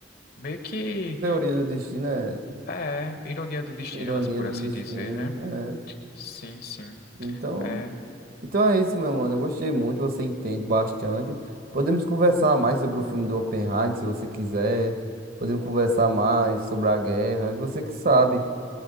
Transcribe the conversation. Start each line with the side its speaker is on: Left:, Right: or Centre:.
Left: Meio que
Right: teoria do destino, é
Left: é ironia do destino,
Right: ironia
Left: por
Right: do
Left: assim
Right: destino,
Left: dizer, né?
Right: é.
Left: Sim, sim.
Right: Então,
Left: É.
Right: Então é isso, meu mano. Eu gostei muito, você entende bastante. Podemos conversar mais sobre o filme do Oppenheimer, se você quiser. Podemos conversar mais sobre a guerra, você que sabe.